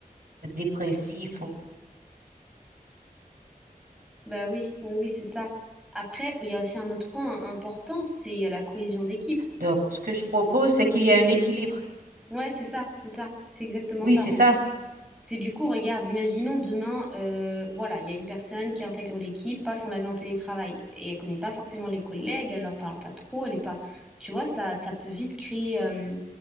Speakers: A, on the right; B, in the centre.
A: dépressif. ou-
B: Bah oui, oui, oui, c'est ça. Après, il y a aussi un autre point important, c'est la cohésion d'équipe.
A: Donc ce que je propose, c'est qu'il y a un équilibre.
B: Ouais, c'est ça, c'est ça, c'est exactement
A: Oui,
B: ça.
A: c'est ça.
B: C'est du coup, regarde, imaginons demain, euh, voilà, il y a une personne qui intègre l'équipe, paf, on la met en télétravail et elle connaît pas forcément les collègues, elle leur parle pas trop, elle est pas, tu vois, ça, ça peut vite créer, euh,